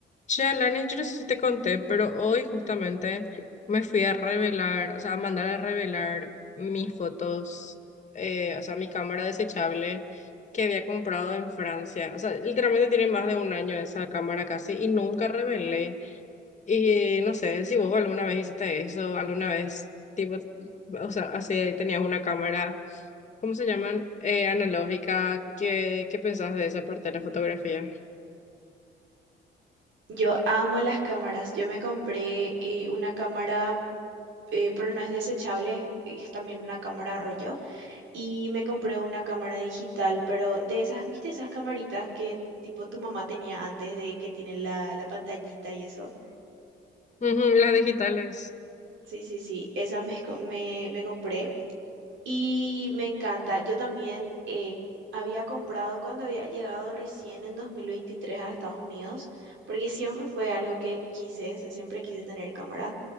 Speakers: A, on the left; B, on the right.
A: Che, Alanis, yo no sé si te conté, pero hoy justamente me fui a revelar, o sea, a mandar a revelar mis fotos, eh, o sea, mi cámara desechable que había comprado en Francia. O sea, literalmente tiene más de un año esa cámara casi y nunca revelé. Y no sé si vos alguna vez hiciste eso, alguna vez, tipo, o sea, así tenías una cámara, ¿cómo se llaman? Eh, analógica. ¿Qué, qué pensás de esa parte de la fotografía?
B: Yo amo las cámaras. Yo me compré eh, una cámara, eh, pero no es desechable, es también una cámara rollo. Y me compré una cámara digital, pero de esas, ¿viste esas camaritas que tipo tu mamá tenía antes de que tienen la, la pantallita y eso?
A: Ujú, las digitales.
B: Sí, sí, sí, esa me, esco- me, me compré y me encanta. Yo también eh, había comprado cuando había llegado recién en 2023 a Estados Unidos, porque siempre fue algo que quise, o sea, siempre quise tener cámara.